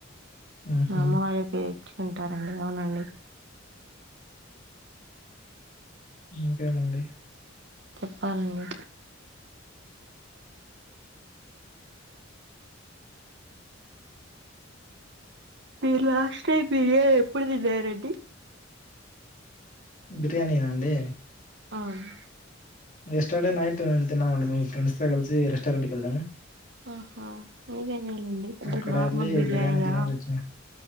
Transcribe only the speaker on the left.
ఆహా!
ఇంకేమండి
బిర్యానీనాండి
స్టర్డే నైట్ము తన్నామండి మీ ఫ్రెండ్స్తో కలిసి రెస్టారెంట్కి వెళ్దాము
అక్కడ
ఎళ్లి
బిర్యానీ తినేసొచ్చాం.